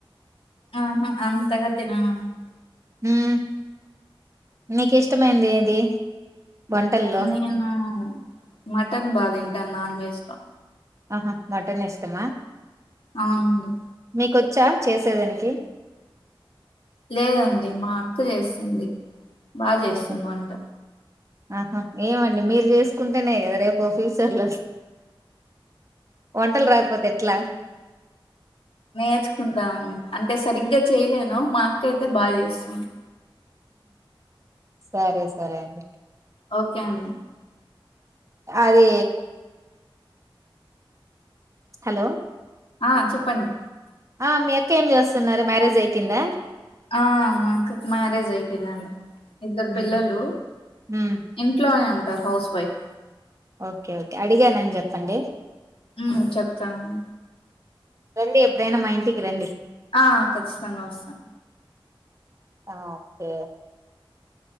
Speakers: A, on the left; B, on the right.
A: ఆహా అంతగా తినమండి
B: మ్మ్ నీకు ఇష్టమైంది ఏది వంటల్లో
A: నేను మటన్ బాగా తింటాను నాన్ వెజ్ లో
B: ఆహా మటన్ ఇష్టమా
A: అవునండి
B: మీకు వచ్చా చేసేదానికి
A: లేదండి మా అక్క చేసింది బాగా చేస్తుంద
B: ఓహో
A: అంట
B: ఆహా ఏమండి మీరు చేసుకుంటేనే కదా రేపు ఫ్యూచర్ లో వంటలు రాకపోతే ఎట్లా
A: నేర్చుకుంటామండి అంటే సరిగ్గా చేయలేను మా అక్క అయితే బాగా చేస్తుంది
B: సరే సరే అండి.
A: ఓకే అండి
B: అదే హలో
A: ఆ చెప్పండి
B: ఆ మీ అక్క ఏం చేస్తున్నారు మ్యారేజ్ అయిపోయిందా
A: ఆ మాక్కుకు మ్యారేజ్ అయిపోయిందండి ఇద్దరు
B: ఉమ్
A: పిల్లలు
B: ఉమ్,
A: ఇంట్లోనే ఉంట త హౌస్ వైఫ్
B: ఓకే ఓకే అడిగానని చెప్పండి
A: ఉమ్ చెప్తాను
B: రండి ఎప్పుడనా మా ఇంటికి రండి
A: ఆ ఖచ్చితంగా వస్తాం
B: ఆ ఓకే